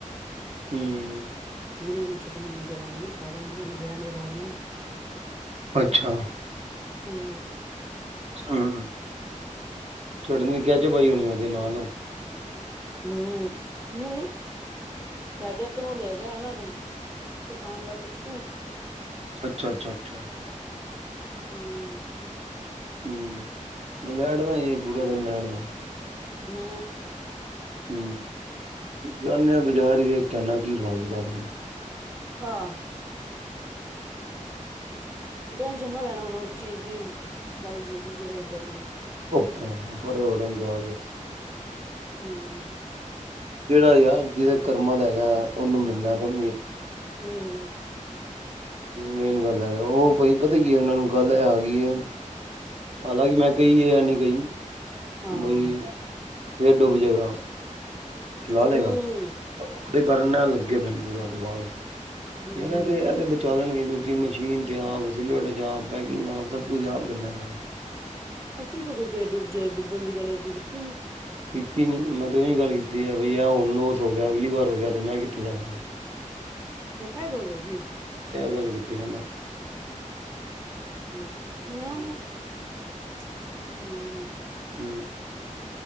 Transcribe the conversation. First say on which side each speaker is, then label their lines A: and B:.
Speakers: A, on the right (about 55°); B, on the right (about 15°).
A: ਹੂੰ
B: ਹੁਣ ਇਹਨੂੰ ਚਟਨੀ ਨਜ਼ਰ ਆਣੀ ਨਾ। <unintelligible> ਇਨੇ ਬੈਂਡ ਵਜਾ ਦੇਣਾ
A: ਅੱਛਾ
B: ਹੂੰ
A: ਹੂੰ ਚਟਨੀ ਕਹਿ ਚ ਬਾਈ ਹੋਣੀ ਉਹਦੇ ਨਾਲ,
B: ਹੂੰ ਨਹੀਂ ਸਾਡੇ ਘਰੋ ਲੈ ਗਿਆ ਐ ਨਾ ਕਿਸਾਨ ਦਾ ਪਿਛਕੂ,
A: ਅੱਛਾ ਅੱਛਾ ਅੱਛਾ
B: ਹੂੰ।
A: ਹੂੰ, ਲੜਦਾ ਪੂਰਾ ਦਿਨ ਲੜਦਾ
B: ਹੂੰ।
A: ਹੂੰ। ਗਾਨ ਆ ਬਜ਼ਾਰੀਏ। ਕਹਿੰਨਾ ਕੀ ਹੋ ਸਕਦਾ।
B: ਆਹ। ਟੈਸ਼ਨ ਨਾ ਲੈਣਾ ਹੁਣ ਉਸ ਚੀਜ਼ ਦੀ ਬਲਜੀ ਦੀ ਜਿਹੜੇ ਉੱਧਰ ਨੇ
A: ਆਹ ਬਰੇ ਉਡਨ ਜਾ
B: ਹੂੰ।
A: ਜਿਹੜਾ ਯਾਰ ਜਿਹਦਾ ਕਰਮਾਂ ਦਾ ਹੈਗਾ ਉਹਨੂੰ ਮਿਲਣਾ ਹੂੰ
B: ਹੂੰ
A: ਮੈਨ ਗੱਲ ਹੈ ਉਹ ਕੋਈ ਪਤਾ ਕੀ ਉਹਨਾ ਨੂੰ ਗੱਲ ਆ ਗਈ ਐ। ਹਾਲਾਂਕਿ ਮੈਂ ਕਹੀ ਹੈ ਜਾਂ ਨਹੀਂ ਕਹੀ
B: ਹਾਂ
A: ਬਾਈ ਫੇਰ ਡੁੱਬ ਜੇਗਾ ਚਲਾ
B: ਹੂੰ
A: ਲਏਗਾ। ਓਦੇ ਕਾਰਨ ਲੱਗੇ ਪੈਨ ਪੂਰਾ ਦਬਾ ਕੇ
B: ਹੂੰ
A: ਯਾਰ ਤੇ ਇਹ ਤੇ ਬਚਾਲਣਗੇ ਕਿਉਂਕਿ ਮਸ਼ੀਨ ਤੇ ਆ ਬਿੰਗ ਆਪ ਸਭ ਕੁਝ ਕਰਨਾ ਪੈਣਾ ਏ
B: ਅਸੀਂ ਕਦੋਂ ਗ ਡੁੱਬ ਡੁੱਬਣ ਦੀ ਗੱਲ ਅਸੀਂ ਕੀਤੀ ਨੀ।
A: ਕੀਤੀ ਨੀ ਮੈਂ ਤੇ ਉਹੀ ਗੱਲ ਕੀਤੀ ਆ ਬਈ ਆ ਹੁਣ ਲੋਸ ਹੋ ਗਿਆ ਅਗਲੀ ਵਾਰ ਗਿਆ ਤੇ ਮੈਂ ਕਿੱਥੇ ਜਾਵਾਂ
B: ਐ ਗੱਲ ਹੋਈ ਏ।
A: ਗੱਲ ਕੀਤੀ ਨਾ ਮੈ
B: ਹੂੰ, ਮੇ ਹੁੰ
A: ਹੂੰ,